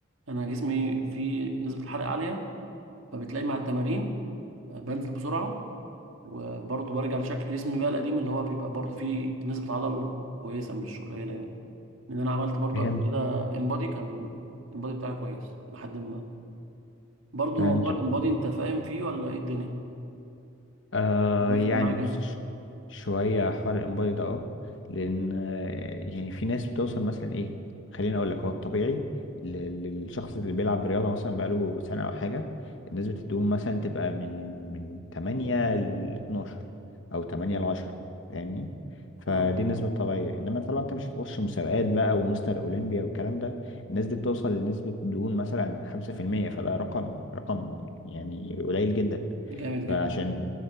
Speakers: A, on the right; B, on the left.
A: انا جسمي فيه نسبة الحرق عالية فبتلاقي مع التمارين بنزل بسرعة وبرضه برجع لشكل جسمي بقى القديم اللي هو بيبقى برضه فيه نسبة عضل كويسة مش قليلة يعني لان انا عملت برضه
B: فهمت
A: قبل كده انبادي كان الانبادي بتاعي كويس لحد ما برضه
B: فهمتك
A: موضوع الانبادي انت فاهم فيه ولا ايه الدنيا
B: آه
A: بيفرق
B: يعني
A: معايا
B: بص
A: جدا
B: ش- شوية حوار الإنبادي ده اه لأن آه، يعني في ناس بتوصل مثلا إيه خليني أقول لك هو الطبيعي لل- للشخص اللي بيلعب رياضة مثلا بقاله سنة أو حاجة الناس بتدوم مثلا تبقى من من 8 ل 12 أو 8 ل 10 فاهمني فدي
A: اه
B: النسبة الطبيعية إنما طبعا أنت مش هتخش مسابقات بقى ومستر أولمبيا والكلام ده الناس دي بتوصل لنسبة دهون مثلا 5% فده رقم رقم يعني قليل جدا
A: جامد جدا
B: فعشان
A: ده.